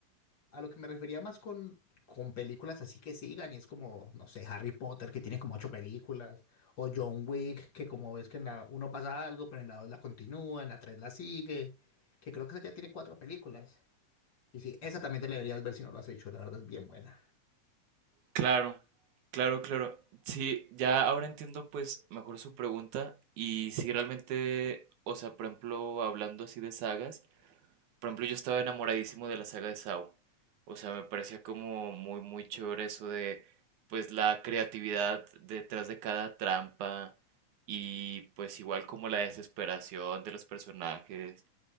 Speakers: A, on the left; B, on the right.
A: A lo que me refería más con con películas así que sigan y es como, no sé, Harry Potter que tiene como ocho películas o John Wick que como ves que en la uno pasa algo, pero en la dos la continúa, en la tres la sigue, que creo que esa ya tiene cuatro películas. Y sí, esa también te la deberías ver si no lo has hecho, la verdad es bien buena.
B: Claro, claro, claro. Sí, ya ahora entiendo pues mejor su pregunta y si realmente, o sea, por ejemplo, hablando así de sagas, Por ejemplo, yo estaba enamoradísimo de la saga de Saw. O sea, me parecía como muy, muy chévere eso de, pues, la creatividad detrás de cada trampa y pues igual como la desesperación de los personajes.